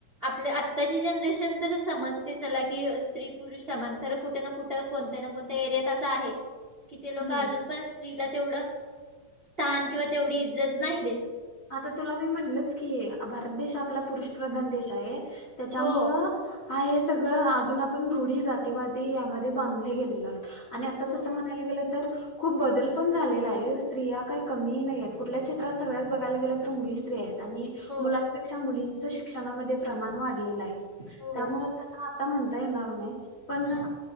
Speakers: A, on the right (about 40°); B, on the left (about 35°).
A: आपल्या आताची जनरेशन तर समजते चला कि स्त्री पुरुष समान खर कुठे ना कुठं कोणत्या ना कोणत्या एरियात असा आहे. कि ते लोक
B: हम्म
A: अजून पण स्त्रीला तेवढं स्थान किंवा तेवढी इज्जत नाही देत.
B: आता तुला मी म्हटलंच की भारत देशा आपला पुरुषप्रधान देश आहे. त्याच्यामुळं
A: हो
B: हा हे सगळं अजून आपण रूढी जातीवादी यामध्ये बांधले गेलेलो आहेत आणि आता
A: हो
B: तसं म्हणायला गेलं तर खूप बदल पण झालेला आहे स्त्रिया काही कमी नाही कुठल्या क्षेत्रात सगळ्या बघायला गेलं तर मुली स्त्री आहेत. आणि
A: हो
B: मुलांपेक्षा मुलीं शिक्षणामध्ये प्रमाण वाढलेलं आहे.
A: हो
B: त्यामुळ आता म्हणता येणार नाही पण
A: हा